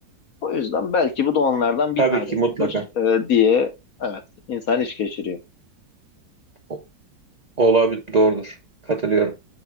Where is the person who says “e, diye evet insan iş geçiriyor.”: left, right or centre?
Left